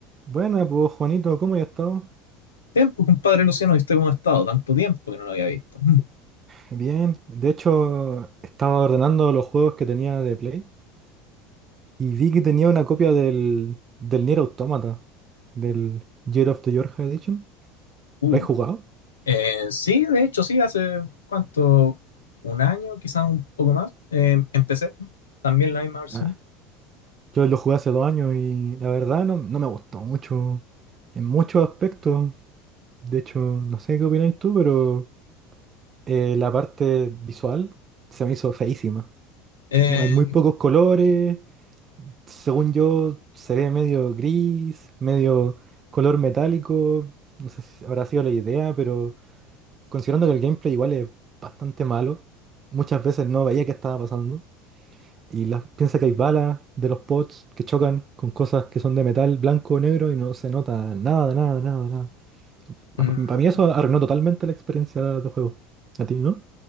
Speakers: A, on the right; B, on the left.
A: Buena, pues Juanito, ¿cómo has estado?
B: Tiempo, compadre Luciano, ¿viste cómo ha estado? Tanto tiempo que no lo había visto.
A: Bien, de hecho estaba ordenando los juegos que tenía de Play y vi que tenía una copia del, del Nier Automata, del Year of the Georgia Edition.
B: Uh,
A: ¿Lo has jugado?
B: Eh, sí, de hecho, sí, hace cuánto, un año, quizás un poco más, eh, empecé también la misma versión.
A: Ah, Yo lo jugué hace dos años y la verdad no, no me gustó mucho en muchos aspectos. De hecho, no sé qué opináis tú, pero eh, la parte visual se me hizo feísima.
B: Eh,
A: Hay muy pocos colores, Según yo, se ve medio gris, medio color metálico. No sé si habrá sido la idea, pero considerando que el gameplay igual es bastante malo, muchas veces no veía qué estaba pasando. Y la- piensa que hay balas de los pods que chocan con cosas que son de metal blanco o negro y no se nota nada, nada, nada, nada. Para
B: mm,
A: mí eso arruinó totalmente la experiencia de juego. ¿A ti, no?